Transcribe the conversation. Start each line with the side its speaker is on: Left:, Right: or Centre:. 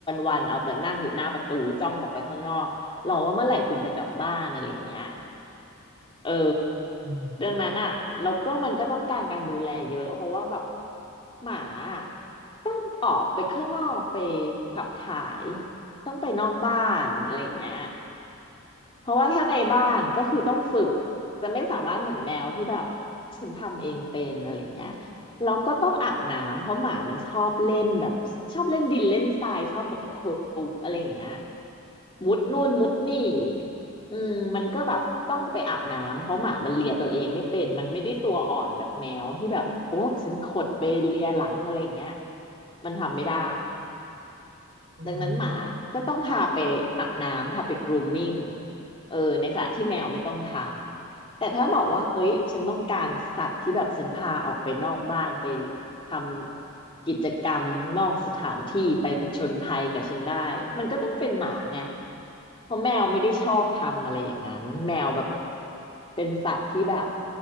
Left: วันๆเอาแต่นั่งอยู่หน้าประตูจ้องออกไปข้างนอกรอว่าเมื่อไหร่คุณจะกลับบ้านอะไรอย่างเงี้ยเออ
Right: อืม
Left: ดังนั้นอ่ะแล้วก็มันก็ต้องการการดูแลเยอะเพราะว่าแบบหมาอะ ออกไปข้างนอกไปขับถ่ายต้องไปนอกบ้านอะไรอย่างเงี้ย เพราะว่าถ้าในบ้านก็คือต้องฝึกจะไม่สามารถเหมือนแมวที่แบบฉันทำเองเป็นอะไรเงี้ยแล้วก็ต้องอาบน้ำเพราะหมามันชอบเล่นแบบชอบเล่นดินเล่นทรายชอบแบบคลุกอะไรอย่างเงี้ยมุดนู่นมุดนี่อืมมันก็แบบต้องไปอาบน้ำเพราะหมามันเลียตัวเองไม่เป็นมันไม่ได้ตัวอ่อนแบบแมวที่แบบโอ้ฉันขดไปเลียหลังอะไรอย่างเงี้ยมันทำไม่ได้
Right: อืม
Left: ดังนั้นหมาก็ต้องพาไปอาบน้ำพาไป grooming เออในขณะที่แมวไม่ต้องทำแต่ถ้าบอกว่าเฮ้ยฉันต้องการสัตว์ที่แบบฉันพาออกไปนอกบ้านไปทำกิจกรรมนอกสถานที่ไปผจญภัยกับฉันได้มันก็ต้องเป็นหมาไงเพราะแมวไม่ได้ชอบทำอะไรอย่างนั้นแมวแบบเป็นสัตว์ที่แบบ